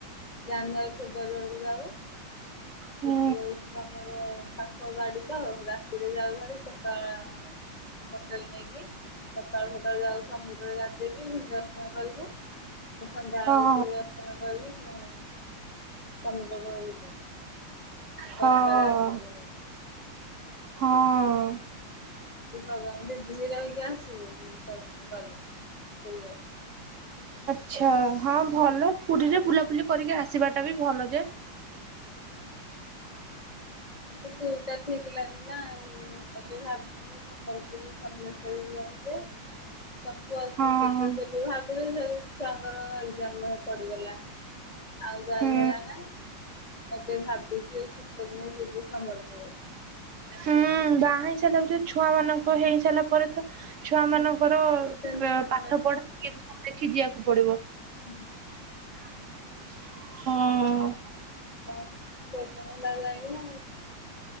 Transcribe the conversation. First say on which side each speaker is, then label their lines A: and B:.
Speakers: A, on the left; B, on the right.
A: ଜାନୁଆରୀ ଫେବୃୟାରୀ ବେଳକୁ ଯାଉ।
B: ହୁଁ
A: ଯିବୁ ଏଇଥିବା ଆମର ତାଙ୍କ ଗାଡି ତ ରାତିରେ ଯାଉ ଭାରି ସକାଳ ହୋଟେଲ ନେଇକି ସକାଳୁ ସକାଳୁ ଯାଉ ସମୁଦ୍ରରେ ଗା ଦେଇକି ପୁଣି ଦର୍ଶନ କରିବୁ ସନ୍ଧ୍ୟା
B: ହଁ
A: ବବେଳକୁ ଦର୍ଶନ କରିବୁ ପୁଣି ସମୁଦ୍ରକୂଳରେ ବୁଲିବୁ।
B: ହଁ
A: ଦଶଟାରେ ଆସିବୁ।
B: ହଁ।
A: ଏ ଆମେ ଦିଦିନି ରହିକି ଆସିବୁ ସବୁ ଗଲେ ପରିବାର।
B: ଆଛା ହଁ ଭଲ ପୁରୀରେ ବୁଲାବୁଲି କରିକି ଆସିବାଟା ବି ଭଲ ଯେ
A: ପୁପୁଲ ଟା ଠିକ ଲାଗେ ନା ଆଉ ଏବେ ଭାବୁଥିଲି। ସମ୍ବଲପୁର ସମଲେଶ୍ୱରୀ ଯିବା ବୋଧେ? ସବୁ ଅବେ
B: ହଁ
A: ଭାବିଲୁ ସେ ଛୁଆଙ୍କର ଏଜାମ ପଡିଗଲା। ଆଉ ଯାଇ
B: ହୁଁ
A: ହେଲା ନା ଏବେ ଭାବିଛୁ ଏଇ ଶୀତ ଦିନ ଯିବୁ ସମ୍ବଲପୁର।
B: ହୁଁ ବାହା ହେଇ ସାରିଲା ପରେ ଛୁଆ ମାନଙ୍କ ହେଇ ସାରିଲା ପରେ ତ ଛୁଆ ମାନଙ୍କର
A: ଟେନସନ୍
B: ପାଠ ପଢା ଇଏ ସବୁ ଦେଖି ଯିବାକୁ ପଡିବ।
A: ଉଁ
B: ହଁ।
A: କ ପ୍ରବ୍ଲେମ ହେଲା ଯାଇନୁ?